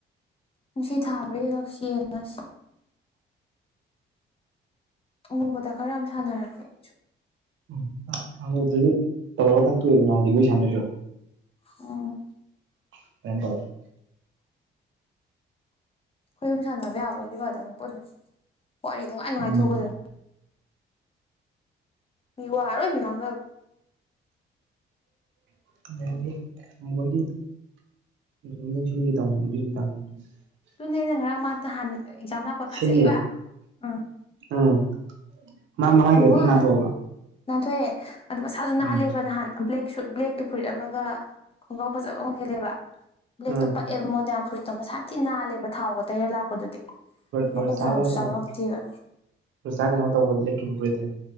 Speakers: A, on the left; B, on the right.
A: ꯅꯨꯡꯁꯤ ꯊꯥꯕ꯭ꯔꯦꯉꯛꯁꯤ ꯌꯦꯡꯉꯁꯤ꯫ ꯎꯕꯗ ꯈꯔ ꯌꯥꯝ ꯁꯥꯟꯅꯔꯀꯦ ꯑꯩꯁꯨ
B: <unintelligible> ꯋꯥꯔꯤ ꯁꯥꯟꯅꯗ꯭ꯔꫭ
A: ꯎꯝ
B: <unintelligible>
A: ꯈꫭꯏꯍꯨꯝ ꯁꯥꯟꯅꯕ ꯌꯥꯕꯑꫭꯏꯗꯤ ꯐꯗꯧꯕꯅꯤ ꯄꯨꯟꯅ ꯋꯥꯔꯤ ꯅꯨꯡꯉꯥꯏ ꯅꯨꯡꯉꯥꯏ
B: ꯎꯝ
A: ꯊꯣꯛꯀꯗꯕꯅꯤ ꯃꯤꯋꯥ ꯂꫭꯏꯅ ꯉꯥꯡꯅꯕꯅꯤ
B: <unintelligible>
A: ꯑꯗꯨꯨꯅꯦꯅ ꯉꯔꯥꯡ ꯃꯥꯇ ꯍꯥꯟꯅ ꯑꯦꯛꯖꯥꯝ ꯂꯥꯛꯄ ꯐꯖꯩꯕ
B: ꯁꯤꯜꯂꯦ
A: ꯎꯝ
B: ꯎꯝ꯫ ꯃꯥ ꯃꯃꯥꯏꯒ
A: ꯎꯕ
B: ꯈꯔ ꯅꯥꯟꯊꯣꯛꯑꯕ
A: ꯀꯥꯟ ꯅꯥꯟꯊꯣꯛꯑꯦ ꯑꯗꯨ ꯃꯁꯥꯁꯨ ꯅꯥꯍꯜꯂꯦꯕ
B: ꯎꯝ
A: ꯅꯍꯥꯟ꯫ ꯕ꯭ꯂꯦꯛ ꯁꯨꯠ ꯕ꯭ꯂꯦꯛꯀꯤ ꯐꯨꯔꯤꯠ ꯑꯃꯒ ꯈꯣꯡꯒ꯭ꯔꯥꯎ ꯐꯖꯕ ꯑꯃ ꯁꯦꯠꯂꯦꯕ ꯕ꯭ꯂꯦꯛꯇꯣ
B: ꯎꯝ
A: ꯄꯛꯑꯦꯕ ꯃꯣꯟꯗ ꯌꯝ꯫ ꯐꯨꯔꯤꯠꯇꯣ ꯃꯁꯥꯝꯊꯤ ꯅꯥꯜꯂꯦꯕ ꯊꯥꯎꯒ ꯇꯩꯔ ꯂꯥꯛꯄꯗꯨꯗꯤ
B: ꯔꯣꯖꯥꯒ
A: ꯃꯀꯣꯛ ꯆꯥꯎꯕꯁꯨ
B: ꯀꯩꯅꯣ
A: ꯆꯥꯎꯔꯛꯇꯦꯕ꯫
B: <unintelligible> ꯀꯩꯅꯣ ꯇꯧꯕꯗ ꯂꯦꯟꯈꯤꯕ ꯐꯨꯔꯤꯠꯇꯨꯅꯤ꯫